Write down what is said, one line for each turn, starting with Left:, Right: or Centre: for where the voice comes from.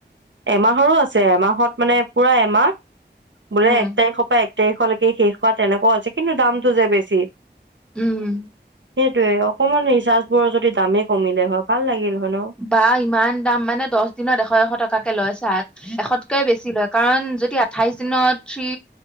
Right: এমাহৰো আছে, এমাহত মানে পুৰা এমাহ বোলে
Centre: উম
Right: এক তাৰিখৰ পৰা এক তাৰিখলেকে শেষ হোৱা তেনেকুৱাও আছে কিন্তু দামটো যে বেছি।
Centre: উম।
Right: সেইটোয়ে অকমান ৰিচাৰ্জবোৰৰ যদি দামেই কমিলে হয় ভাল লাগিল। হয় ন।
Centre: বা, ইমান দাম মানে দছ দিনত এশ, এশ টকাকে লয়, চাৰ্জ এশতকৈ বেছি লয়। কাৰণ যদি আঠাইশ দিনত থ্ৰী